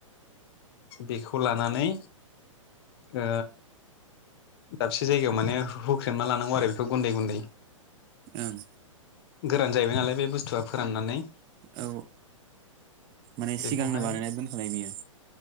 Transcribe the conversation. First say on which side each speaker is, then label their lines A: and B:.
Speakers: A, on the left; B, on the right.
A: बेखौ लानानै ओ दाबसे जायगायाव माने हुख्रेमना लानांगौ आरो बेखौ गुन्दै गुन्दै
B: ओं
A: गोरान जाहैबाय नालाय बे बुस्थुआ फोराननानै
B: औ माने सिगांनो
A: बेखौहाय
B: बानायना दोनखानाय बियो